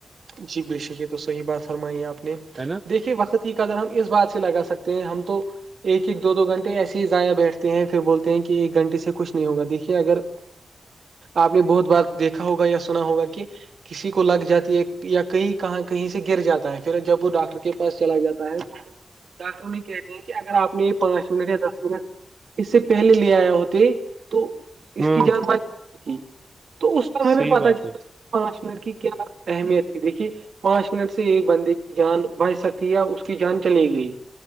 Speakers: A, on the right (about 70°); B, on the right (about 35°).
A: جی بال شکریہ تو صحیح بات فرمائی ہے آپ نے
B: ہے نا
A: دیکھیے وقط کادگر ہم اس بات سے لگا سکتے ہیں ہم تو ایک ایک دو گھنٹے ایسے ہی ضائع بیٹھتے ہیں پھر بولتے ہیں کہ ایک گھنٹے سے کچھ نہیں ہوگا دیکھیے اگر آپ نے بہت بار دیکھا ہوگا یا سنا ہوگا کہ کسی کو لگ جاتات یہ یا کہیں کہاں کہیں سے گر جاتا ہے پھر جب وہ ڈاکٹر کے پاس چلا جاتا ہے تو ڈاکٹروں نے کہتے ہیں کہ اگر آپ نے یہ پانچ منٹ یا دس منٹ اس سے پہلے لے آیا ہوتے تو اس
B: ہاں
A: کی جان باری تھی تو اس وم ہمیں
B: صحیح
A: پت
B: بات
A: چلا
B: ہے
A: پانچ منٹ کی کیا اہمیت ت دیکھیے پانچ منٹ سے ایک بندے کی جان بچ سکتی یا اس کی جان چلی گئی